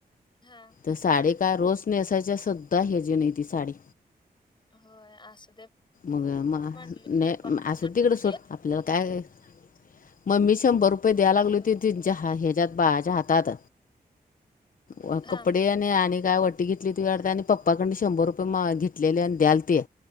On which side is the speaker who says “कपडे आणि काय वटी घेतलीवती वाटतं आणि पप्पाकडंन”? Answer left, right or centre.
Left